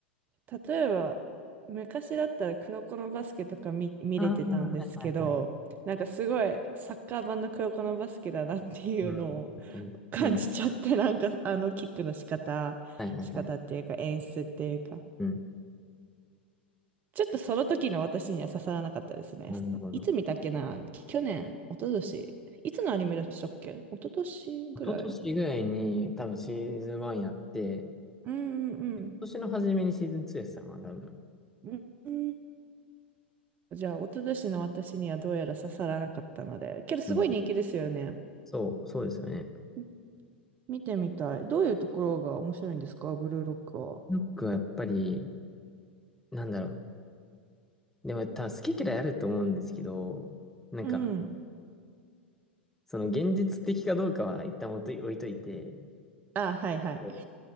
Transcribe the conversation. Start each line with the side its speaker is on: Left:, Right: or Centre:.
Right: う。例えば、昔だったら黒子のバスケとか見、見れてたんですけど、
Centre: ああ、はいはいはい。
Right: なんかすごいサッカー版の黒子のバスケだなっていうのを
Centre: うん、確かに。
Right: <laughs> 感じちゃって、
Centre: うん。
Right: なんかあのキックの仕方、
Centre: はいはいはい。
Right: 仕方っていうか演出っていうか、
Centre: うん。
Right: ちょっとその時の私には刺さらなかったですね。
Centre: なるほど。
Right: いつ見たっけな去年、一昨年いつのアニメでしたっけ一昨年ぐらい
Centre: 一昨年ぐらいに多分シーズン1やって、
Right: うんうん
Centre: 今年の初めにシーズン2やってたのかな、多分。
Right: うん。うん。じゃあ、一昨年の私にはどうやら刺さらなかったので。けど、すごい人気ですよね。
Centre: うん。そう、そうですよね。
Right: み見てみたい。どういうところが面白いんですかブルーロックは。
Centre: ロックはやっぱり、なんだろう。でも多分好き嫌いあると思うんですけど、なんか、
Right: うん。
Centre: その現実的かどうかは一旦置いとい置いといて、
Right: あ、はいはい。
Centre: そう